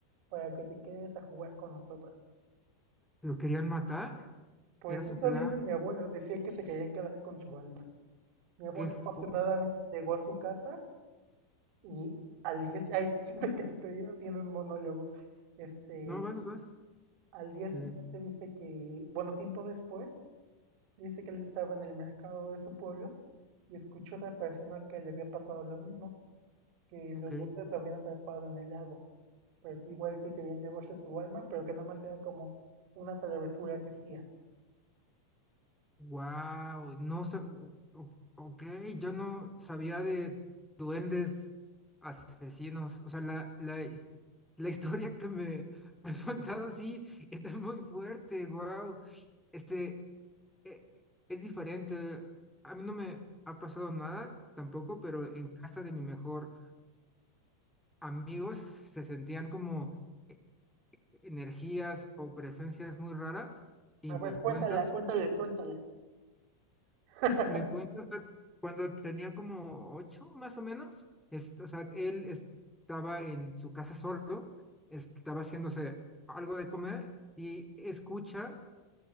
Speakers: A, on the right; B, in the centre.
A: para que te quedes a jugar con nosotros.
B: lo querían matar,
A: Pues
B: era su
A: eso
B: plan,
A: dice mi abuelo, decía que se querían quedar con su alma. Mi abuelo
B: qué fue,
A: afortunadamente llegó a su casa y al día, si- ay, <laughs> siento que estoy haciendo un monólogo. Este,
B: no, vas, vas,
A: al día
B: este,
A: siguiente dice que, bueno, tiempo después, dice que él estaba en el mercado de su pueblo y escuchó a otra persona que le había pasado lo mismo, que
B: ok,
A: los duendes lo habían atrapado en el lago, pero que igual que querían llevarse su alma, pero que nada más era como una travesura que hacía.
B: Wow, no sa- o- o- ok, yo no sabía de duendes asesinos. O sea, la, la, his- la historia que me <laughs> han contado sí está muy fuerte, wow. Este e- es diferente. A mí no me ha pasado nada tampoco, pero en casa de mi mejor amigos se sentían como e- energías o presencias muy raras y
A: A
B: me
A: ver, cuéntala,
B: cuentas
A: cuéntala, cuéntala. <laughs>
B: Me cuenta, o sea, cuando tenía como ocho, más o menos, es- o sea, él estaba en su casa solo, estaba haciéndose algo de comer y escucha